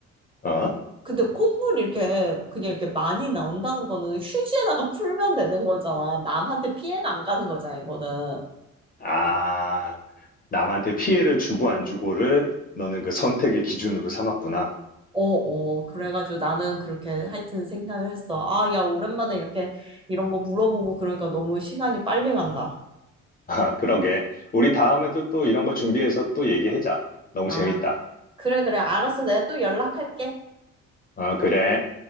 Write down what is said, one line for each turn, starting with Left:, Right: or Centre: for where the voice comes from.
Left: 어?
Right: 근데 콧물 이렇게 그냥 이렇게 많이 나온다는 거는 휴지에다가 <laughs> 풀면 되는 거잖아. 남한테 피해가 안 가는 거잖아, 이거는.
Left: 아, 남한테 피해를 주고 안 주고를 너는 그 선택의 기준으로 삼았구나.
Right: 어어, 그래가지고 나는 그렇게 하여튼 생각을 했어. 아, 야, 오랜만에 이렇게 이런 거 물어보고 그러니까 너무 시간이 빨리 간다.
Left: 아, 그러게. 우리 다음에도 또 이런 거 준비해서 또 얘기하자. 너무
Right: 아,
Left: 재밌다.
Right: 그래, 그래. 알았어. 내가 또 연락할게.
Left: 어, 그래.